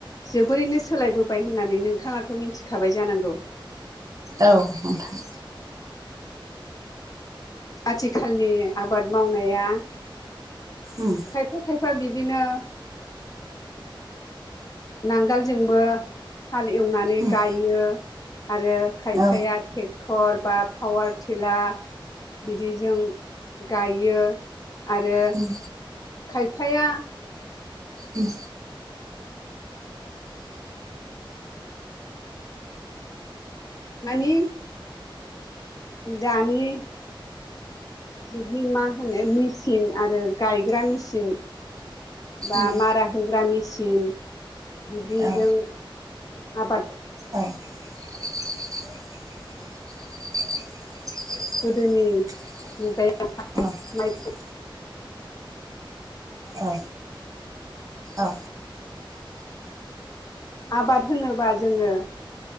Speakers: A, on the left (about 40°); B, on the right (about 40°).
A: जोबोरैनो सोलायबोबाय होननानै नोंथाङाथ' मिथिखाबाय जानांगौ।
B: औ नोंथां
A: आथिखालनि आबाद मावनाया
B: उम
A: खायफा खायफा बिदिनो नांगोलजोंबो हाल एवनानै
B: उम
A: गायो। आरो खायफाया
B: औ
A: ट्रेक्टर बा पावार टिला बिदिजों गायो आरो
B: उम
A: खायफाया
B: ओम
A: मानि दानि जुगनि मा होनो मेचिन आरो गायग्रा मेचिन बा
B: उम
A: मारा होग्रा मेसिन बिदिजों
B: औ
A: आबाद
B: औ <unintelligible> <unintelligible>
A: गोदोनि मुगायाव माइ
B: औ औ
A: आबाद होनोबा जोङो